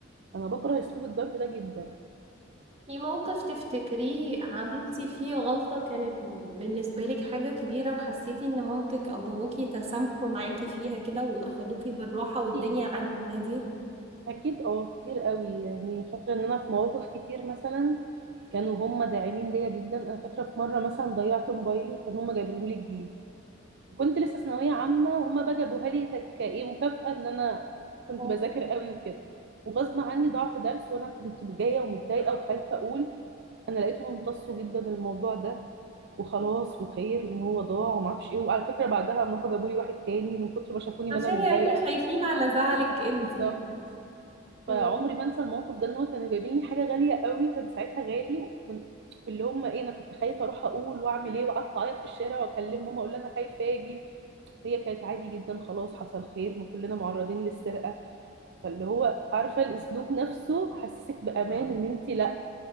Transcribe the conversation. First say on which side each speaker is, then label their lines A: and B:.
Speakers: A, on the right; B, on the right.
A: انا بكره اسلوب الضرب ده جدا
B: في موقف تفتكريه عملتي فيه غلطة كانت بالنسبة لك حاجة كبيرة وحسيتي ان مامتك او باباكي تسامحوا معاكي فيها كده واخدوكي بالراحة
A: كتير
B: والدنيا عدت عادي
A: اكيد اه كتير قوي يعني فاكره ان انا في مواقف كتير مثلا كانوا هم داعمين ليا جدا انا فاكره في مره مثلا ضيعت موبايلي وكانوا هم جايبينه لي جديد وكنت لسه ثانويه عامه وهما بقى جابوها لي تك- كايه مكافاه ان انا كنت
B: أوه.
A: بذاكر قوي وكده وغصب عني ضعف درس وانا كنت جايه ومتضايقه وخايفه اقول انا لقيتهم امتصوا جدا الموضوع ده وخلاص وخير ان هو ضاع وما اعرفش ايه وعلى فكره بعدها قام راحوا جابوا لي واحد تاني من كتر ما شافوني
B: عشان
A: ما انا متضايقه
B: يعني خايفين على زعلك انتي
A: بالظبط فعمري
B: م.
A: ما انسى الموقف ده ان هو كانوا جايبين لي حاجه غاليه قوي كان ساعتها غالي وكنت- واللي هم ايه انا كنت خايفه اروح اقول واعمل ايه وقعدت اعيط في الشارع واكلم ماما اقول لها انا خايفه اجي هي كانت عادي جدا خلاص حصل خير ما كلنا معرضين للسرقة فاللي هو عارفة الأسلوب نفسه حسسك بأمان إن أنت لأ